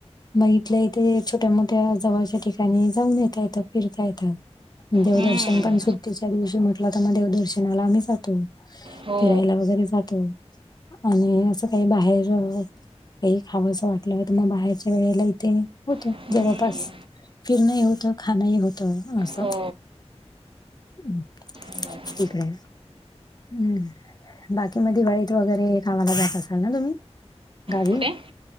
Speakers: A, on the left (about 35°); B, on the right (about 50°).
A: मग इथल्या इथे छोट्या मोठ्या जवळच्या ठिकाणी जाऊन येता येतं फिरता येतं. देवदर्शन
B: हम्म,
A: पण सुट्टीच्या दिवशी म्हटलं तर मग देवदर्शनाला आम्ही जातो.
B: हो
A: फिरायला वगैरे जातो आणि असं काही बाहेर. हमं काही खावं असं वाटलं तर मग बाहेरच्या वेळेला इथे होत
B: हम्म,
A: जवळपास फिरणं ही होतं आणि खाणंही होतं असं.
B: हो
A: हमं
B: बरं.
A: ठीक राहय हम् बाकी मग दिवाळीत वगैरे हे कामाला जात असाल ना तुम्ही गावी?
B: कुठे